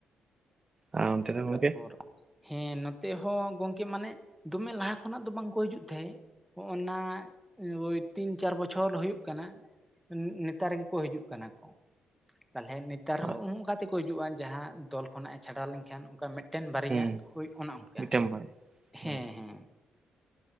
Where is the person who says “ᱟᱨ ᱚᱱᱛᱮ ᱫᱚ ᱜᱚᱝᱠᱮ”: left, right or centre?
Right